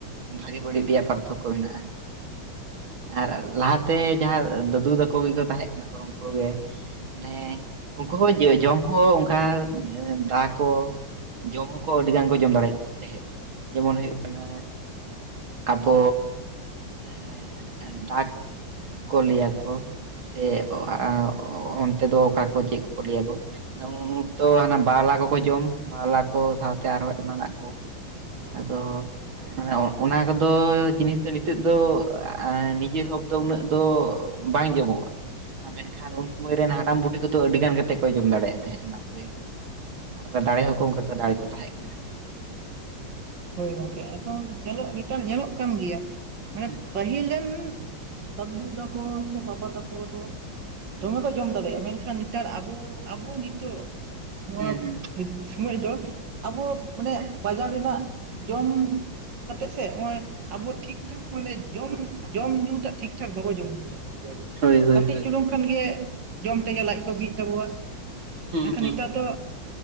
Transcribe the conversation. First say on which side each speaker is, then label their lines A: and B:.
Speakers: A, on the right; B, on the right.
A: ᱵᱷᱟᱜᱮ ᱵᱟᱹᱲᱤᱡ ᱨᱮᱭᱟᱜ ᱯᱟᱨᱛᱷᱚᱠᱠᱚ ᱢᱮᱱᱟᱜᱼᱟ᱾ ᱟᱨ ᱞᱟᱦᱟᱛᱮ ᱡᱟᱦᱟᱸ ᱫᱟᱹᱫᱩ ᱛᱟᱠᱚ ᱜᱮᱠᱚ ᱛᱟᱦᱮᱸ ᱠᱟᱱᱟ ᱠᱚ ᱩᱝᱠᱩ ᱜᱮ ᱢᱟᱱᱮ ᱩᱝᱠᱩ ᱦᱚᱸ ᱡᱚᱢ ᱦᱚᱸ ᱚᱝᱠᱟ ᱫᱟ ᱠᱚ ᱡᱚᱢ ᱦᱚᱸᱠᱚ ᱟᱹᱰᱤ ᱜᱟᱱ ᱠᱚ ᱡᱚᱢ ᱫᱟᱲᱮᱭᱟᱜ ᱛᱮᱦᱮᱸᱫ᱾ ᱡᱮᱢᱚᱱ ᱦᱩᱭᱩᱜ ᱠᱟᱱᱟ ᱟᱵᱚ ᱮᱸ ᱮᱸᱜ, ᱰᱟᱠ ᱠᱚ ᱞᱟᱹᱭᱟᱠᱚ ᱥᱮ ᱟ ᱚᱱ ᱛᱮᱫᱚ ᱚᱠᱟ ᱠᱚ ᱪᱮᱫ ᱠᱚ ᱞᱟᱹᱭᱟᱠᱚ? ᱡᱮᱢᱚᱱ ᱩᱱᱠᱛᱚ ᱦᱟᱱᱟ ᱵᱟᱶᱞᱟ ᱠᱚᱠᱚ ᱡᱚᱢ, ᱵᱟᱶᱞᱟ ᱠᱚ ᱥᱟᱶᱛᱮ ᱟᱨᱦᱚᱸ ᱮᱢᱟᱱᱟᱜ ᱠᱚ ᱟᱫᱚ ᱢᱟᱱᱮ ᱚᱱᱟ ᱠᱚᱫᱚ ᱡᱤᱱᱤᱥ ᱫᱚ ᱱᱤᱛᱚᱜ ᱫᱚ ᱱᱤᱡᱮ ᱥᱚᱵ ᱫᱚ ᱩᱱᱟᱹᱜ ᱫᱚ ᱵᱟᱝ ᱡᱚᱢᱚᱜ
B: <inaudible>
A: ᱟᱨ ᱢᱮᱱᱠᱷᱟᱱ ᱩᱱ ᱥᱚᱢᱚᱭ ᱨᱮᱱ ᱦᱟᱲᱟᱢ ᱵᱩᱰᱷᱤ ᱠᱚᱫᱚ ᱟᱹᱰᱤ ᱜᱟᱱ ᱠᱟᱛᱮᱫ ᱠᱚ ᱡᱚᱢ ᱫᱟᱲᱮᱭᱟᱜ ᱛᱟᱸᱦᱮᱫ ᱚᱱᱟ ᱠᱚᱜᱮ᱾ ᱟᱨ ᱫᱟᱲᱮ ᱦᱚᱸᱠᱚ ᱚᱱᱠᱟ ᱠᱚ ᱫᱟᱲᱮ ᱠᱚ ᱛᱟᱦᱮᱸ ᱠᱟᱱᱟ᱾
B: ᱦᱳᱭ ᱜᱚᱝᱠᱮ ᱮᱠᱷᱚᱱ ᱧᱮᱞᱚᱜ ᱱᱮᱛᱟᱨ ᱧᱮᱞᱚᱜ ᱠᱟᱱ ᱜᱮᱭᱟ ᱢᱟᱱᱮ
A: ᱦᱩᱸ
B: ᱯᱟᱹᱦᱤᱞ ᱨᱮᱱ ᱫᱟᱫᱩ ᱛᱟᱠᱚ ᱥᱮ ᱵᱟᱵᱟ ᱛᱟᱠᱚ ᱫᱚ
A: ᱦᱩᱸ
B: ᱫᱚᱢᱮ ᱠᱚ ᱡᱚᱢ ᱫᱟᱲᱮᱭᱟᱜᱼᱟ ᱢᱮᱱᱠᱷᱟᱱ ᱱᱮᱛᱟᱨ ᱟᱵᱚ ᱟᱵᱚ ᱱᱤᱛᱚᱜ ᱱᱚᱣᱟ
A: ᱦᱩᱸ ᱦᱩᱸ
B: ᱥᱚᱢᱚᱭ ᱫᱚ ᱟᱵᱚ ᱢᱟᱱᱮ ᱵᱟᱡᱟᱨ ᱨᱮᱱᱟᱜ ᱡᱚᱢ ᱠᱟᱛᱮ ᱥᱮ ᱱᱚ-ᱭᱚ ᱟᱵᱚ ᱴᱷᱤᱠ ᱴᱷᱟᱠ ᱢᱟᱱᱮ ᱡᱚᱢ ᱡᱚᱢ ᱧᱩ ᱴᱟᱜ ᱴᱷᱤᱠ ᱴᱷᱟᱠ ᱵᱟᱵᱚ ᱡᱚᱢ ᱧᱩ ᱫᱟᱲᱮᱭᱟ ᱜᱮᱭᱟ ᱵᱚᱱ᱾
A: ᱦᱳᱭ ᱦᱳᱭ
B: ᱠᱟᱹᱴᱤᱡ
A: ᱦᱳᱭ
B: ᱪᱩᱞᱩᱝ ᱠᱷᱟᱱ ᱜᱮ ᱡᱚᱢ ᱛᱮᱜᱮ ᱞᱟᱡ ᱠᱚ ᱵᱤᱜ ᱛᱟᱵᱚᱣᱟ᱾
A: ᱦᱩᱸ
B: ᱢᱮᱱᱠᱷᱟᱱ
A: ᱦᱩᱸ
B: ᱱᱤᱛᱟᱨ ᱫᱚ